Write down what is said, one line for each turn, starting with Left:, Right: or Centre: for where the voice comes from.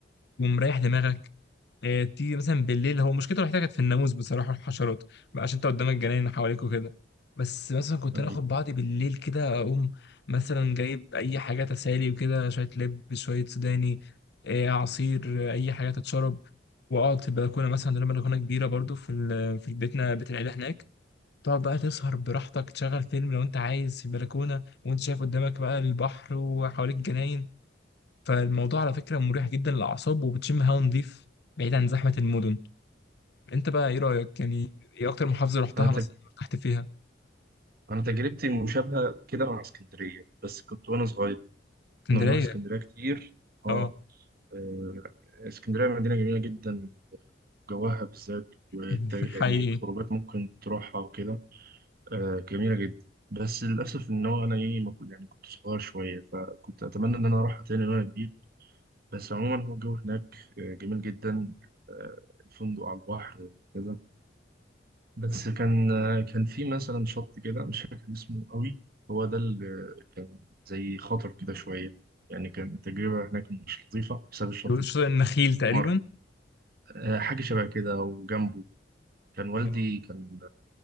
Left: ومريح دماغك آه، تيجي مثلا بالليل هو مشكلته الوحيده كانت في الناموس بصراحه والحشرات بقى عشان انت قدامك جناين حواليك وكده بس مثلا كنت
Right: ايوه
Left: انا اخد بعضي بالليل كده اقوم مثلا جايب اي حاجه تسالي وكده شويه لب شويه سوداني آه، عصير آه، اي حاجه تتشرب واقعد في البلكونه مثلا لما البلكونه كبيره برضو في ال- في بيتنا بيت العيله هناك تقعد بقى تسهر براحتك تشغل فيلم لو انت عايز في البلكونه وانت شايف قدامك بقى البحر وحواليك جناين فالموضوع على فكره مريح جدا للاعصاب وبتشم هوا نضيف بعيد عن زحمه المدن انت بقى ايه رأيك يعني ايه اكتر محافظة رحتها
Right: انا
Left: مثلا ارتحت فيها
Right: أنا تجربتي مشابهة كده مع اسكندرية بس كنت وأنا صغير
Left: اسكندرية
Right: كنا بنروح اسكندرية كتير آه
Left: اه
Right: آه، اسكندرية مدينة جميلة جدا جواها بالذات والت-
Left: <laughs>
Right: يعني
Left: حقيقي
Right: الخروجات ممكن تروحها وكده آه، جميلة جدا بس للأسف إن هو أنا إيه ما كنت- يعني كنت صغير شوية فكنت أتمنى إن أنا أروحها تاني وأنا كبير بس عموما هو الجو هناك آه، جميل جدا آه، الفندق على البحر وكذا بس كان كان في مثلا شط كده مش فاكر اسمه قوي هو ده اللي كان زي خطر كده شوية يعني كان تجربة هناك مش لطيفة بسبب الشط
Left: بيقولوا
Right: ده
Left: شاطئ النخيل تقريبا
Right: مر آه، حاجة شبه كده وجنبه كان والدي
Left: آه.
Right: كان